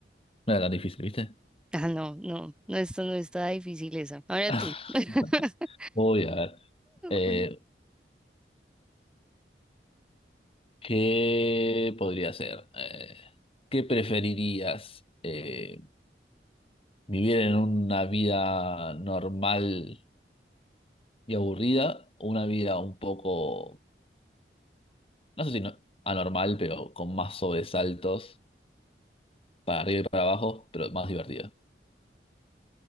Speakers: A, on the left (about 30°); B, in the centre.
A: no era tan difícil, ¿viste?
B: Ah, no, no, no, esto no está difícil esa. Ahora
A: <laughs>
B: tú. <laughs>
A: Voy a ver. Eh,
B: Un-
A: ¿Qué podría ser? Eh, ¿qué preferirías? Eh, ¿vivir en una vida normal y aburrida o una vida un poco, no sé si no- anormal, pero con más sobresaltos para arriba y para abajo, pero más divertida?